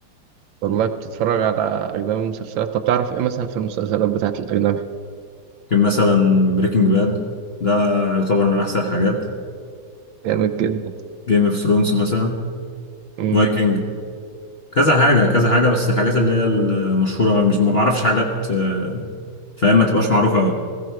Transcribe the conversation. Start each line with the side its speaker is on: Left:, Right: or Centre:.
Right: والله بتتفرج على اجنبي مسلسلات طب تعرف ايه مثلا في المسلسلات بتاعت الاجنبي
Left: ممكن مثلا بريكنج باد ده يعتبر من احسن الحاجات
Right: جامد جدا
Left: جيم اوف ثرونز مثلا
Right: امم
Left: فايكنج كذا حاجه كذا حاجه بس الحاجات اللي هي المشهوره مش ما بعرفش حاجات آه، فاهم ما تبقاش معروفه قوي